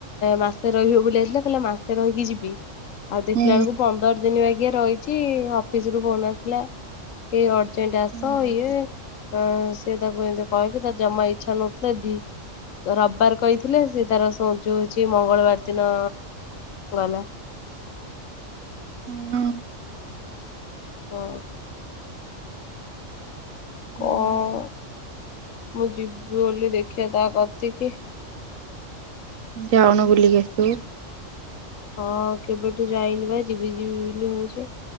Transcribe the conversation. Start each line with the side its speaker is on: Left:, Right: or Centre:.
Left: ମାସ ରହିବ ବୁଇଥିଲା। ମାସେ ରହିକି ଯିବି ଆଉ ଦେଖିଲା
Right: ହୁଁ
Left: ବେଳକୁ ପନ୍ଦର ଦିନ ବା ଆଜେ ରହିଛି ଅଫିସ ରୁ ଫୋନ ଆସିଲା ଏ ଅର୍ଜେଣ୍ଟ ଆସ
Right: ହଁ
Left: ଇଏ ହଁ ସିଏ ତାକୁ ଏମିତି କହିକି ତା ଜମା ଇଚ୍ଛା ନଥିଲେ ଦି ରବିବାର କହିଥିଲେ ସେ ତାର ସଜ ହଉଛି ମଙ୍ଗଳବାର ଦିନ ଗଲା।
Right: ହୁଁ।
Left: ହୁଁ।
Right: ହୁଁ।
Left: କଣ ମୁଁ ଯିବି ବୋଲି ଦେଖିବା ତା କତି କିି।
Right: ଯାଉନୁ ବୁଲିକି ଆସିବୁ?
Left: ହଁ କେବେଠୁ ଯାଇନି ବା ଯିବି ଯିବି ବୋଲି ହଉଛି